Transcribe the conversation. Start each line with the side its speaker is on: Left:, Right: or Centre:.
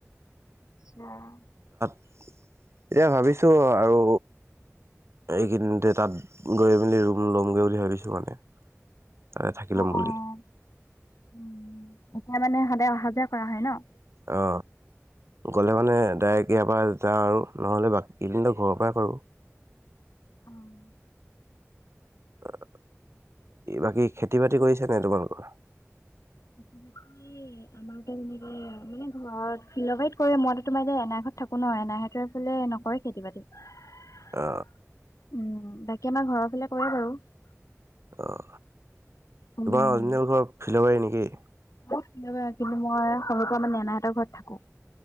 Left: <unintelligible>
Right: এতিয়া ভাবিছোঁ আৰু এইকিদিনতে তাত গৈ মেলি ৰুম ল'মগৈ বুলি ভাবিছোঁ মানে। তাতে থাকি
Left: অহ',
Right: ল'ম বুলি
Left: অহ', উম'। এতিয়া মানে সদায় অহা যোৱা কৰা হয় ন'।
Right: অ গ'লে মানে ডাইৰেক্ট ইয়াৰ পৰা যাওঁ, আৰু নহ'লে বাকী কেইদিনত ঘৰৰ পৰাই কৰোঁ।
Left: অহ।
Right: অহ, বাকী খেতি-বাতি কৰিছেনে নাই তোমালোকৰ?
Left: খেতি-বাতি আমাৰতো এনেকে মানে অহ, ফিলবাৰত কৰে, মইতো তোমাৰ এতিয়া এনাহঁতত থাকো ন'। এনাহঁতৰ এইফালে নকৰে খেতি-বাতি। উম,
Right: অ
Left: বাকী আমাৰ ঘৰৰ ফালে কৰে বাৰু।
Right: অহ,
Left: উম,
Right: তোমাৰ অৰজিনেল ঘৰ ফিলবাৰী নেকি,?
Left: ফিলবাৰি, কিন্তু মই সৰু পৰা মানে এনাহঁতৰ ঘৰত থাকো।